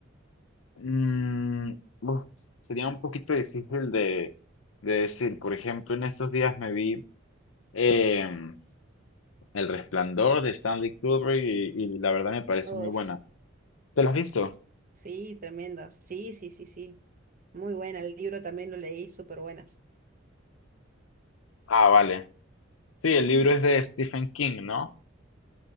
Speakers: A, on the left; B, on the right.
A: Mm, uf, sería un poquito difícil de, de decir. Por ejemplo, en estos días me vi. em, El Resplandor de Stanley Kubrick y, y la verdad me parece
B: Uf,
A: muy buena. ¿Te la has visto?
B: sí, tremendo. Sí, sí, sí, sí. Muy buena, el libro también lo leí, súper buenas.
A: Ah, vale. Sí, el libro es de Stephen King, ¿no?